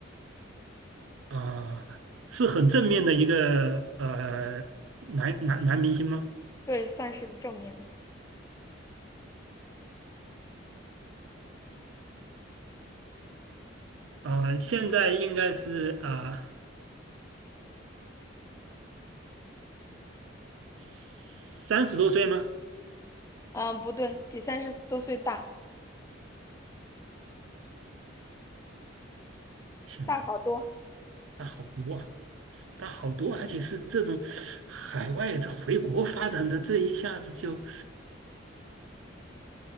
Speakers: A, on the right (about 80°); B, on the left (about 15°).
A: 啊、是很正面的一个呃男男男明星吗？
B: 对，算是正面的，
A: 呃，现在应该是啊三十多岁吗？
B: 嗯，不对，比三十多岁大，
A: 天哪，
B: 大好多，
A: 他好多啊，他好多，而且是这种海外这回国发展的，这一下子就，